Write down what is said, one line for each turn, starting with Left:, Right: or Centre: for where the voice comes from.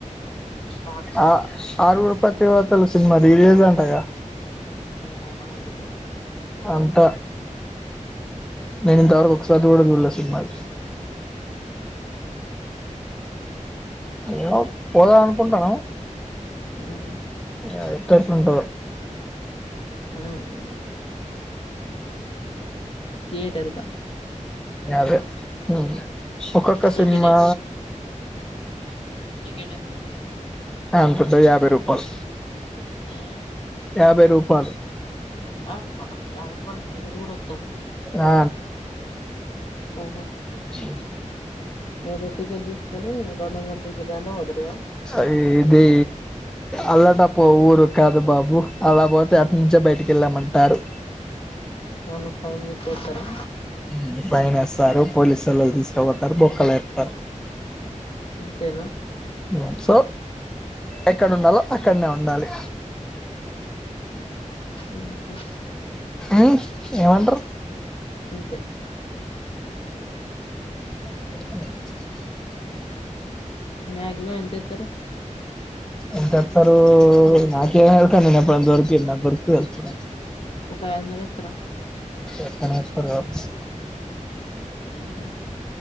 Left: స్టాక్స్
Centre: ఆ ఆరుగురు పతివ్రతలు సినిమా రీ రిలీజ్ అంటగా
Left: ఏమోమ్మ నాకు తెలిదు
Centre: అంటా నేను ఇంతవరకు ఒకసారి కూడా చూడలే సినిమాని
Left: ఆహా
Centre: ఏమో పోదాం అనుకుంటాను
Left: ఉమ్
Centre: అది ఎతేరిసి ఉంటాదో
Left: ఉమ్ థియేటర్ కా
Centre: అదే ఆ ఒక్కొక్క
Left: టికెట్
Centre: సినిమా
Left: ఎంత టికెట్ ఎంతుంటది
Centre: యంతుంటాది యాభై రూపాల్
Left: అహ్
Centre: యాభై రూపాలు
Left: యాబై రూపాయలా యాభై రూపాయలకి టికెట్ కూడా వచద్దా
Centre: ఆ
Left: ఓహో
Centre: ఉమ్
Left: వేరే టికెట్ తీసుకునీ రెండు గంటల టికెట్ దాంట్లోనే పోతారు కదా
Centre: అది ఇది అల్లటప్ప ఊరు కాదు బాబు అలాపోతే నుంచే బయటికి ఎళ్ళామంటారు
Left: ఏమన్నా ఫైన్ గిట్ట ఎత్తారా
Centre: ఉమ్ ఫైన్ ఎస్తారు పోలీసోళ్ళోళ్లు తీసుకపోతారు బొక్కల్లో ఎత్తారు
Left: అంతేనా
Centre: ఉమ్ సో ఎక్కడ ఉండాలో అక్కడ్నే ఉండాలి
Left: మ్మ్ఉహ్మ్
Centre: ఏ ఏమంటారు
Left: అంతే
Centre: <inaudible>
Left: మాక్సిమం ఎంతేత్తరు
Centre: ఎంతేస్తారు నాకేమీ ఎరుక నేను ఎప్పుడన్నా దొరికిన్న దొరికితే తెలుస్తది
Left: ఒక ఐదు వందలు ఎత్తరా
Centre: ఎక్కువనే ఏస్తారు కావచ్చు
Left: మ్మ్ఉమ్మ్